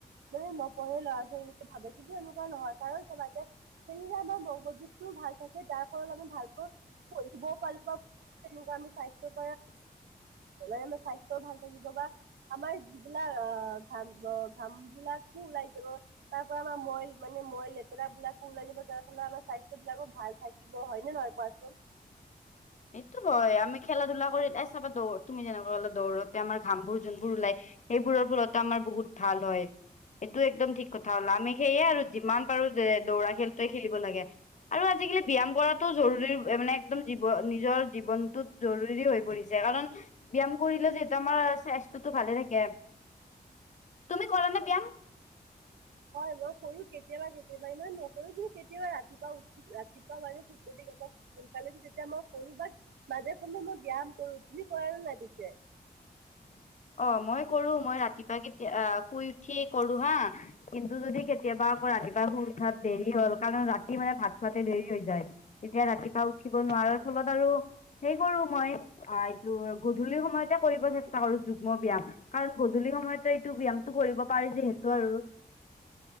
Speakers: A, on the right (about 75°); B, on the left (about 45°).
A: মানে নপঢ়ে ল'ৰা ছোৱালীকে ভাবে কিন্তু এনেুৱা নহয় কাৰণ চাবা মাজে সেইদিনা আমাৰ মগজুতটোও ভাল থাকে তাৰ ফলত আমাৰ- ভালক কৰিবও পাৰিব তেনেকুৱা আমি স্বাস্থ্য-
B: <unintelligible>
A: এনেই এনেই স্বাস্থ্য ভাল থাকিব বা। আমাৰ যিবিলাক অ ঘাম অ ঘাম বিলাকো ওলাই যাব। তাৰ পৰা আমাৰ মইল মানে মই লেতেৰা বিলাকো ওলাই যাৰ ফলত আমাৰ স্বাস্থ্য বিলাকো ভাল। থাকিব হয়নে নহয় কোৱাচোন?
B: সেইটো হয় আমি খেলা ধূলা কৰি চাবা দৌ তুমি যেনেকোৱাললে দৌৰোতে আমাৰ ঘামবোৰ যোনবোৰ ওলাই- সেইবোৰৰ ফলতা আমাৰ বহুত ভাল হয় এইটো একদম ঠিক- কথা হ'লা আমি সেইয়ে আৰু যিমান পাৰো যে দৌৰা খেলটোৱে খেলিব লাগে। আৰু আজিকালি ব্যায়াম কৰাটো জৰুৰী মানে একদম- নিজৰ জীৱনটোত জৰুৰী হৈ পৰিছে কাৰণ। ব্যায়াম কৰিলেও যিহেতু আমাৰ স্বাস্থ্যটো ভালে থাকে তুমি কৰা নে ব্যায়াম-
A: হয় মই কৰো কেতিয়াবা কেতিয়াবা ইমান নকৰো কিন্তু কেতিয়াবা ৰাতিপুৱা উঠ- ৰাতিপুৱা মানে যদি সোনকালে উঠো তেতিয়া মই কৰো বাট- মাজে সময় মই ব্যায়াম কৰো তুমি কৰা নে নাই পিছে?
B: অ মই কৰো মই ৰাতিপুৱা কেতিয়া আহ শুই উঠিয়ে কৰো হা। কিন্তু যদি কেতিয়াবা আকৌ ৰাতিপুৱা শুই উঠাত দেৰি হ'ল কাৰণ ৰাতি মানে ভাত খোৱাতে দেৰি হৈ যায়। তেতিয়া ৰাতিপুৱা উঠিব নোৱাৰাৰ
A: হয়
B: ফলত আৰু- সেই কৰো মই, অঁ এইটো গধূলি সময়তে কৰিব চেষ্টা কৰো। যুগ্ম ব্যায়াম কাৰণ গধূলি সময়তো এইটো ব্যায়ামটো কৰিব পাৰি যিহেতু আৰু-